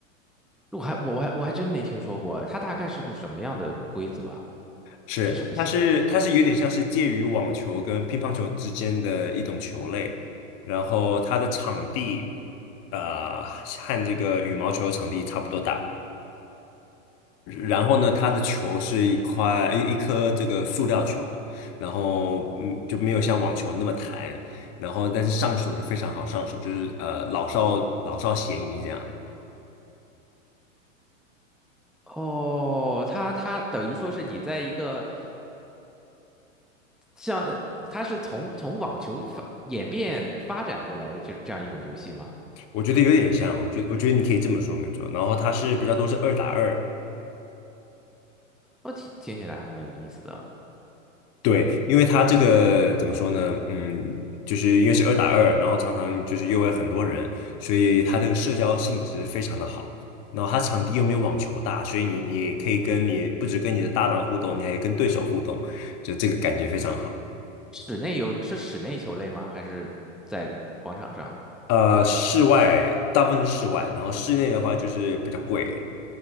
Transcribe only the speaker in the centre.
我还我我还我还真没听说过，它大概是个什么样的规则啊？
是什么系
哦，它它等于说是你在一个像呃它是从从网球发演变发展过来的这这样一种游戏吗？
哦，听听起来还蛮有意思的。
室内游是室内球类吗？还是在广场上？